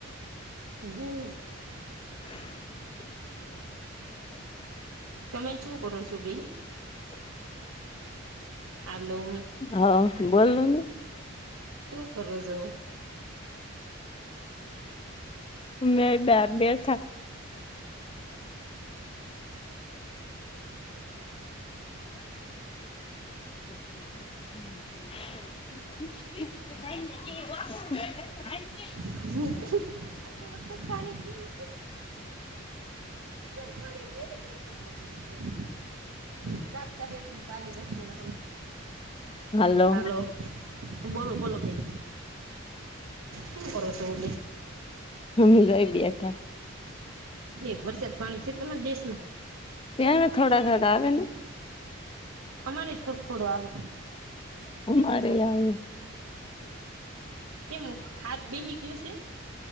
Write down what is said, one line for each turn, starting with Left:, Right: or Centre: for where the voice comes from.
Right: <unintelligible>
Left: <inaudible>
Right: તમે શું કરો છો બેન
Left: <inaudible>
Right: હાલો
Left: હા બોલોને.
Right: શું કરો જો.
Left: મે બ બે છ.
Right: <inaudible>
Left: <inaudible> <inaudible>
Right: <unintelligible> <inaudible> દાત કાઢેલ બાલિકસ્ત આમ
Left: હલો
Right: હાલો. બોલો બોલો બેન હું કરો છો બેન.
Left: હમે જોઈ બ બેઠા.
Right: એક વરસાદ પાણી છે તમારા દેશમાં.
Left: ત્યા ને થોડા. થોડા આવે ને
Right: અમારી થોડ થોડો આવે.
Left: ધુમાડે આવે.
Right: કેમ હાત બેહી ગયો સે.